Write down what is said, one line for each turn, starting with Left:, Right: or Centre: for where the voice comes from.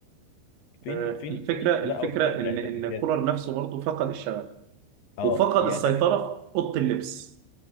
Left: فين
Right: آه،
Left: فين
Right: الفكرة
Left: فين انت
Right: الفكرة
Left: بقى وفين اللعيبه
Right: ان ان
Left: اللي جت
Right: كولر نفسه برضه فقد الشغف
Left: اه
Right: وفقد
Left: يعني
Right: السيطرة في أوضة اللبس